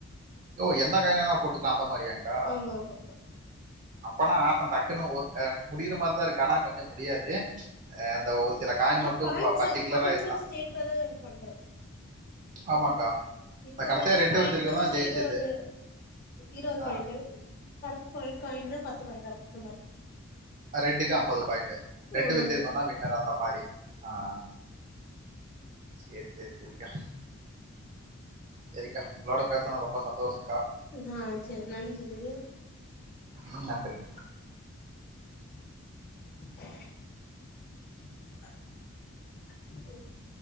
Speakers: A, on the right; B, on the left.
A: ஓ எந்த காயன்வேனா போட்டுக்கலா அந்த மாரியாக்கா
B: ஆமா ஆமா
A: அப்பனா ஆட்டொ டக்குன்னு ஒ முடியற மாரிதா இருக்கு கானா கொஞ்சோ முடியாது ப்ச் அந்த ஒரு சில காயின்
B: ஆனா
A: மட்டும்
B: பாயிண்ட்ஸ்
A: பர்டிகுலரா
B: அந்த பாயிண்ட்ஸ்
A: இதுதா
B: வச்சு ஜெயிக்கிறத இது பண்றது
A: ஆமாக்கா
B: இப்போ
A: இந்த கடைசியா
B: வெள்ள
A: ரெட்டு
B: காயின்னா
A: வச்சிருக்கவன்தா ஜெயிச்சது
B: இருவது இருவது
A: ஆஹ்
B: பாயிண்டு கருப்பு காய் காயின்னா பத்து பாயிண்ட் அந்த மாரி
A: ரெட்டுக்கு அம்பது பாயிண்ட் ரெண்டு
B: ஆமா
A: வெச்சிருந்தம்னா
B: ஆமா
A: வின்னர் அந்த மாரி ஆஹ் சேரி சேரி சேரிக்கா சேரிக்கா உங்களோட பேசுனதுல ரொம்ப சந்தோஷோ
B: ஆ சரி நன்றி சரியா
A: ம் நன்றிங்க
B: <inaudible>